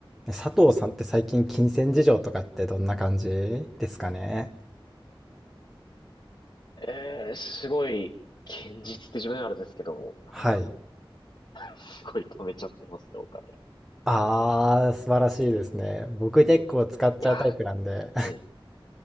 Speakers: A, in the centre; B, on the left.
A: 佐藤さんって最近金銭事情とかってどんな感じですかね
B: えー、すごい、現実って自分ではあれですけど、なんか、
A: はい。
B: すごい貯めちゃってますね、お金。
A: ああ、素晴らしいですね。僕結構使っちゃうタイプなんで。
B: いやー、ええ